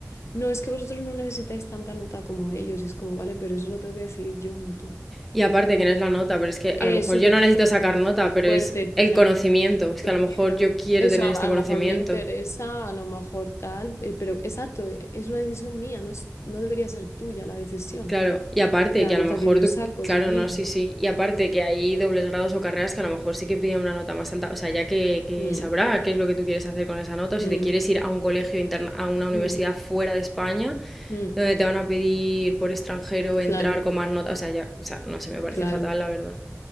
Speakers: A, on the left; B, in the centre.
A: No, es que vosotros no necesitáis tanta nota como ellos, y es como, vale, pero eso lo tengo que decir yo, no tú.
B: Y aparte que no es la nota, pero es que
A: Eh,
B: a lo mejor
A: súper
B: yo no
A: fuerte,
B: necesito sacar
A: súper
B: nota,
A: fuerte,
B: pero es
A: tía,
B: el conocimiento. Es
A: yo
B: que a lo
A: quiero.
B: mejor yo quiero
A: Eso
B: tener
A: a,
B: este
A: a
B: conocimiento.
A: lo mejor me interesa, a lo mejor tal, eh, pero exacto, eh, es una decisión mía, no es, no debería ser tuya la decisión.
B: Claro, y aparte
A: de La
B: que
A: nota
B: a lo mejor
A: que yo
B: tú,
A: saco
B: claro,
A: es mía.
B: no, sí, sí, y aparte que hay dobles grados o carreras que a lo mejor sí que piden una nota más alta, o sea, ya que, que
A: Mm.
B: sabrá qué es lo que tú quieres hacer con esa nota, o si
A: Mm,
B: te quieres ir a un colegio interna, a una universidad
A: mm,
B: fuera de España,
A: mm.
B: donde te van a pedir por extranjero
A: Claro,
B: entrar con más notas, o sea, ya, o sea, no sé, me parece
A: claro,
B: fatal, la verdad,